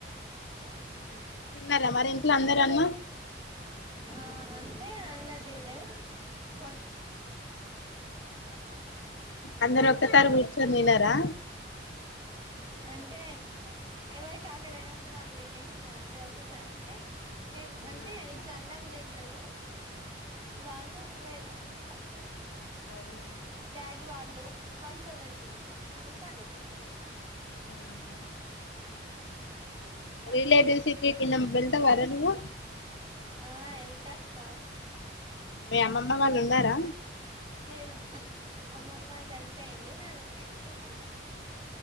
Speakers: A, on the right (about 25°); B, on the left (about 80°).
A: పాటకి
B: తిన్నారా మరి ఇంట్లో అందరు అన్నం
A: ఆ అంతే అంద <unintelligible>
B: అందరు ఒక్కసారి కూర్చొని దిన్నారా
A: అంటే ఎవరికి ఆకలైనప్పుడు ఆళ్ళు దినేస్తారు అందరు ఒసారి అంటే మేము
B: ఆ ఉమ్
A: అంటే ఇట్లా అన్నాం దిను టలో వాళ్ళు వె అంట కదా
B: అవునా
A: డాడీ వాళ్ళు వాళ్ళుతోనే తినేసేసి పండుకుంటారు
B: ఆ హా రిలేటివ్స్
A: అట్లా
B: <unintelligible> వెళ్తవారా నువ్వు
A: ఆ ఎల్త అక్క
B: మీ అమ్మమ్మ వాళ్ళు ఉన్నారా
A: నేను అమ్మమ్మ చనిపోయింది నానమ్మ చనిపోయింది